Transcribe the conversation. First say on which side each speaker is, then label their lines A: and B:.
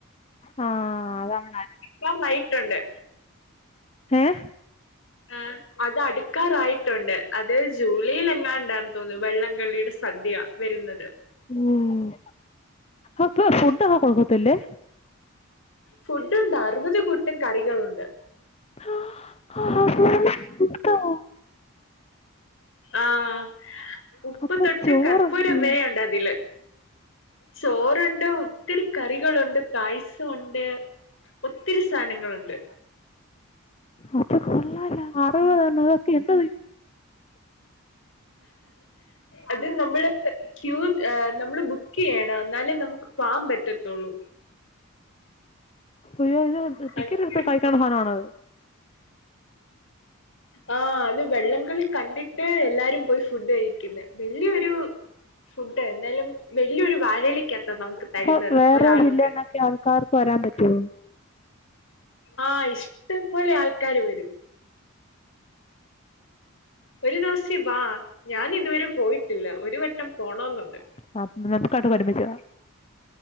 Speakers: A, on the left (about 25°); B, on the left (about 60°).
A: ആഹ് അതവിടെ
B: എല്ലാം ആയിട്ടുണ്ട്
A: ഹഏ
B: ആഹ അത് അടുക്കാറായിട്ടുണ്ട് അത് ജൂലൈൽ എങ്ങാ ഉണ്ടാന്ന് തോന്നുന്നു വെള്ളംകള്ളിയുടെ സദ്യ വരുന്നത്
A: ഉം അപ്പ ഫുഡക്ക കൊടുക്കതില്ലേ
B: ഫുഡ് ഉണ്ട് അറുപത് കുട്ടും കറികളുണ്ട്
A: <inaudible>
B: ആഹ ഉപ്പ്
A: അപ്പൊ
B: തൊട്ട്
A: ചോറുണ്ട്
B: കർപ്പൂരം വരെയുണ്ട് അതില് ചോറുണ്ട് ഒത്തിരി കറികളുണ്ട് പായസംഉണ്ട് ഒത്തിരി സാധനങ്ങളുണ്ട്
A: അത് കൊള്ളാലോ അറുപത്നോഅതൊക്കെ എന്തോ
B: അത് നമ്മള് ക്യൂ ഏ നമ്മള് ബുക്ക് ചെയ്യണം എന്നാലേ നമുക്ക് പാകൻ പറ്റത്തുള്ളൂ
A: അയ്യോ ഇത് ടിക്കറ്റ്
B: അങ്ങനെ
A: എടുത്
B: ഒരു
A: കഴിക്കാനുള്ള സാധനമാണോത്
B: ആ അത് വെള്ളംകളി കണ്ടിട്ട് എല്ലാരും പോയി ഫുഡ് കഴിക്കുന്ന വല്യൊരു ഫുഡ് എന്തായാലും വലിയൊരു വഴഇലയി കാത നമുക്ക് തരുന്നത്
A: അപ്പൊ വേറെ
B: ഒരാൾക്ക്
A: ജില്ലേന്നൊക്കെ ആൾക്കാർക്ക് വരാൻ പറ്റുവോ
B: ആ ഇഷ്ടംപലെ ആൾക്കാാര് വരും ഒരു ദിവസം വാ ഞാൻ ഇതുവരെ പോയിട്ടില്ല ഒരു വട്ടം പോണെന്നുണ്ട്
A: അ നമുക്ക്ട്ട കൊടിമ ചെയ